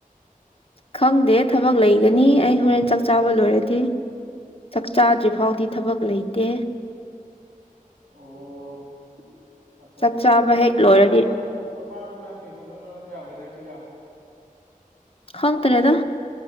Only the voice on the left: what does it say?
ꯈꯪꯗꯦ ꯊꯕꯛ ꯂꯩꯒꯅꯤ ꯑꯩ ꯍꯣꯔꯦꯟ ꯆꯥꯛ ꯆꯥꯕ ꯂꯣꯏꯔꯗꯤ ꯆꯥꯛꯆꯥꯥꯗ꯭ꯔꯤ ꯐꯥꯎꯗꯤ ꯊꯕꯛ ꯂꯩꯇꯦ
ꯆꯥꯛ
ꯆꯥꯕ ꯍꯦꯛ
ꯂꯣꯏꯔꯗꯤ
ꯍꯪ ꯇꯥꯔꯦꯗꯥ